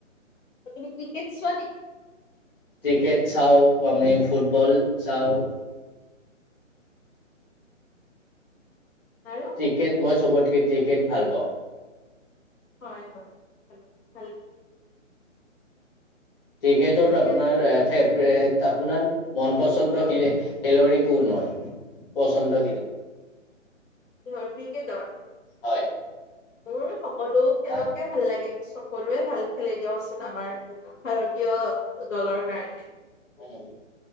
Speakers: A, on the left (about 75°); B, on the left (about 45°).
A: তুমি ক্ৰিকেট চোৱা নেকি‌?
B: ক্ৰিকেট চাও আমি ফুটবল চাওঁ‌,
A: আৰু
B: ক্ৰিকেট মই চবতকে ক্ৰিকেট ভাল পাওঁ‌।
A: হয় হয় ভাল
B: ক্ৰিকেট তোৰ আপোনাৰ
A: আছে দিয়া।
B: ফেভৰেট। আপোনাৰ মন পচন্দ শিল খেলৰি কোন হয় পচন্দ শিল <unintelligible>
A: কিহৰ ক্ৰিকেটৰ
B: হয়
A: মোৰ সকলো খেলকে
B: কাক
A: ভাল লাগে সকলোৱে ভাল খেলে দিয়কচোন আমাৰ। ভাৰতীয় দলৰ কাৰণে,
B: হয় উ